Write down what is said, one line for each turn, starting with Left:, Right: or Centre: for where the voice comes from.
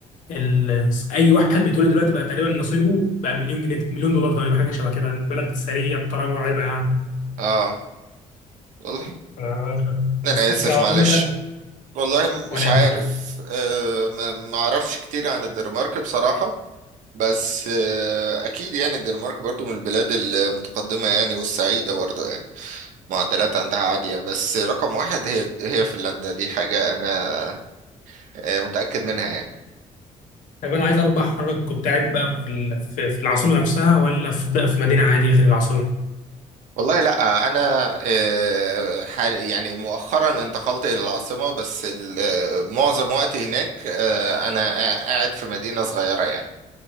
Left: ال... اي واحد بيتولد دلوقتي بقى تقريبا نصيبه بقى مليون جنيه مليون دولار تقريبا حاجه شبه كده البلد ثريه بطريقه مرعبه يعني
Right: اه والله
Left: آه،
Right: أنا
Left: بس انت
Right: آسف
Left: اظن
Right: معلش
Left: بقى
Right: والله
Left: ولا
Right: مش عارف
Left: ينفع
Right: آه، ما ما أعرفش كتير عن الدنمارك بصراحة بس آه، أكيد يعني الدنمارك برضو من البلاد المتقدمة يعني والسعيدة برضو يعني معدلات عندها عالية بس رقم واحد هي هي فنلندا دي حاجة أنا آه، متأكد منها يعني
Left: طب انا عايز اعرف بقى حضرتك كنت قاعد بقى في ال- في في العاصمه نفسها ولا في بقى في مدينه عادي غير العاصمه
Right: والله لا انا آه، حال يعني مؤخرا انتقلت الى العاصمه بس ال- آه، معظم وقتي هناك آه، انا قا- قاعد في مدينه صغيره يعني